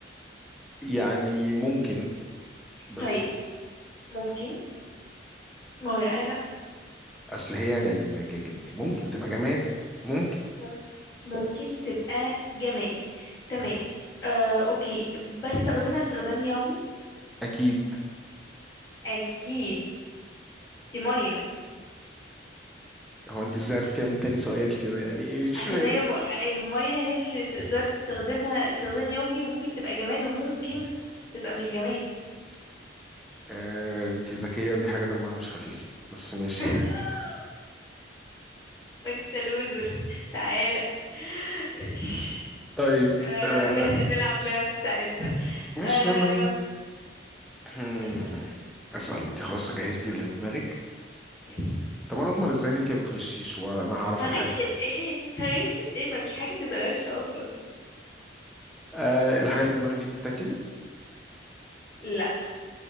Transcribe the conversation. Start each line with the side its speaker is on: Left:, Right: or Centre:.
Centre: يعني ممكن بس
Left: طيب ممكن ما هو يا آه لا
Centre: اصل هي يعني ما جا- جا- ممكن تبقى جماد ممكن
Left: مم- ممكن تبقى جماد تمام آه اوكي بستخدمها استخدام يومي
Centre: اكيد
Left: اكيد دي مية
Centre: هو انت ازاي عرفتي من تاني سؤال كده يعني ايه مش
Left: عشان
Centre: فاهم.
Left: هي م- المية هي اللي تقدر تستخدمها استخدام يومي وممكن تبقى جماد وممكن تبقى مش جماد
Centre: آه انت ذكية ودي حاجة دمها مش خفيف بس ماشي
Left: <laughs>
Centre: يعني
Left: وانت لوزر تعالى ماشي
Centre: طيب
Left: ده
Centre: آه
Left: ده احنا نلعب لعب تعالى تعالى.
Centre: ماشي
Left: آه...
Centre: يلا بينا هم،
Left: اسأل
Centre: اسأل انت خلاص جهزتي اللي في دماغك
Left: يس
Centre: طب انا اضمن ازاي ان انت ما بتغشيش وانا هعرف
Left: هغش
Centre: الحاجة
Left: في ايه هغش في ايه مفيش حاجة تتغش اصلا
Centre: آه الحاجة اللي في دماغك دي بتتاكل
Left: لا